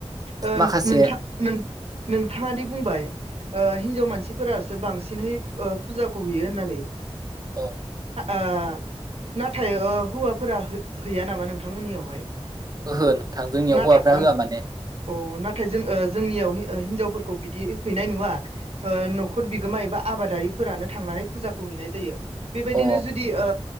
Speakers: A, on the right (about 70°); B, on the right (about 35°).
A: ओ
B: माखासे
A: नोंथां नों नोंथाङा दि बुंबाय हिनजाव मानसि मसिफोरासो बांसिनहै फुजाखौ हैयो होननानै
B: औ
A: आं नाथाय हौवाफोरा हैया नामा नोंथांमोननियावहाय?
B: ओहो नोंथां जोंनियाव
A: नाथा
B: हौवाफ्रा
A: ओ नाथा
B: होआ माने
A: अ नाथाय जों जोंनियाव हिनजाव खौ बिदि हैनाय नुवा न'खर बिगोमा एबा आबादारिफोरानो थांनानै फुजाखौ हैनाय जायो बेबायदिनो
B: अ
A: जुदि ओ